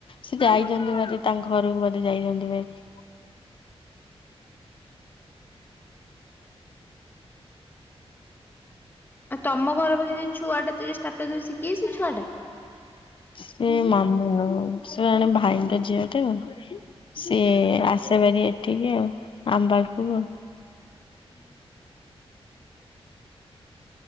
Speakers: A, on the left; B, on the left.
A: ସେ ଯାଇଛନ୍ତି ମଧେ ତାଙ୍କ ଘରକୁ ବୋଧେ ଯାଇଛନ୍ତି ଭାରି।
B: ଆଉ ତମ ଘର ପାଖରେ ଯଉ ଛୁଆ ଦେ ସ୍ଟାଟସ ଦବା ଶିଖିଯାଇଛି ସେ ଛୁଆ ଟା?
A: ସେ ମାମୁନୁ ସେ ଜଣେ ଭାଇଙ୍କ ଝିଅ ଟେ। ସିଏ ଆସେବାରି ଏଠିକି ଆଉ ଆମ୍ବାକୁ ଆଉ
B: ହଁ।